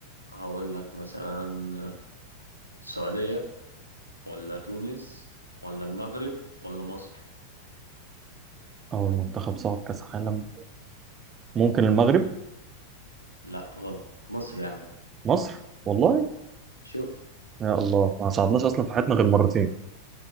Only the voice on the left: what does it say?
هقول لك مثلا السعودية ولا تونس ولا المغرب ولا مصر
لا غلط مصر يا عم
شوف